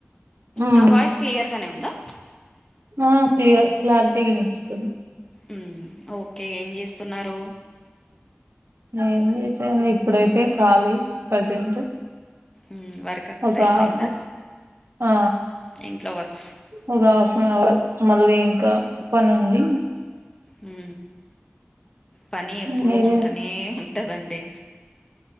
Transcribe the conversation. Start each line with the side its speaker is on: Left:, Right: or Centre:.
Right: ఉమ్
Left: నా వాయిస్ క్లియర్గానే ఉందా
Right: ఆ క్లియర్ క్లారిటీగి వినిపిస్తుంది
Left: ఉ ఓకే ఏం చేస్తున్నారు
Right: ఏం లేదు ఇప్పుడైతే కాలి ప్రజెంట్
Left: ఉ వర్క్ అంత
Right: ఒక
Left: అయిపోయిందా
Right: హాఫ్ ఆ
Left: ఇంట్లో వర్క్స్
Right: ఒక హాఫ్ అన్ అవర్ మళ్ళీ ఇంకా పని ఉంది
Left: హు పని ఎప్పుడు
Right: మీరే
Left: ఉంటనే ఉంటదండి